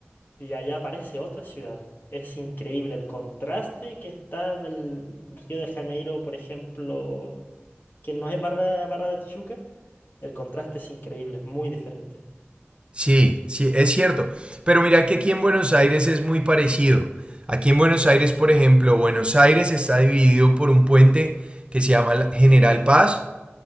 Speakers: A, on the left; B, on the right.
A: y allá aparece otra ciudad. Es increíble el contraste que está del Río de Janeiro, por ejemplo, que no es Barra, Barra de Tijuca. El contraste es increíble, es muy diferente.
B: Sí, sí, es cierto. Pero mira que aquí en Buenos Aires es muy parecido. Aquí en Buenos Aires, por ejemplo, Buenos Aires está dividido por un puente que se llama la General Paz